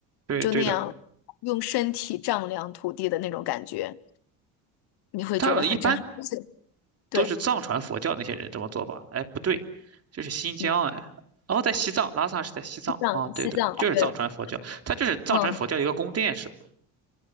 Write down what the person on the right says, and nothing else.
对对的。
他们一般
都是藏传佛教那些人这么做吧？哎，不对，这是新疆哎，
哦，在西藏，拉萨是在西藏啊，
对的，
就是藏传佛教，
它就是藏传佛教一个宫殿是吧？